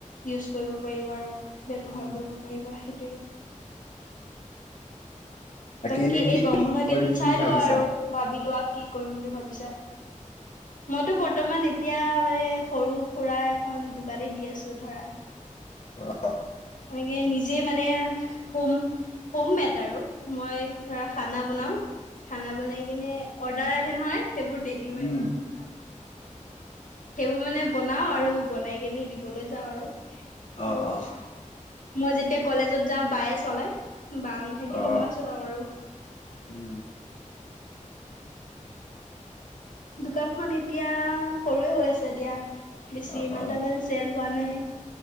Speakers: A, on the left; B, on the left.
A: ইউজ কৰিব পাৰিবা আৰু ব্যৱহাৰ
B: উম
A: কৰিব পাৰিব সেইটোৱে। বাকী
B: এনে কি
A: এই গম বন্ধ
B: কৰিম
A: কেইদিন
B: বুলি
A: চাই
B: ভাবিছা
A: লোৱা আৰু ভাবি লোৱা কি কৰিম বুলি ভাবিছা। মইতো বৰ্তমান এতিয়া মানে সৰু সুৰা এখন দোকানে দি আছো ধৰা।
B: অহ,
A: এনেকে নিজে মানে হোম। হোম মেটাৰ অও মই ধৰা খানা বনাও। খানা বনাই কিনে অৰ্ডাৰ আহে নহয় সেইবোৰ ডেলিভাৰী
B: উম
A: কৰিব যাওঁ। সেইবোৰ মানে বনাও আৰু বনাই কেনে দিবলৈ যাওঁ আৰু
B: অহ
A: আৰু
B: অহ,
A: মই যেতিয়া কলেজত যাওঁ বায়ে চলাই বা নাথাকিলে
B: অ
A: মই চলাওঁ আৰু
B: উম,
A: দোকানখন এতিয়া সৰুৱে হৈ আছে দিয়া বেছি
B: অ
A: ইমান
B: অ
A: তাৰ মানে চেল হোৱা নাই।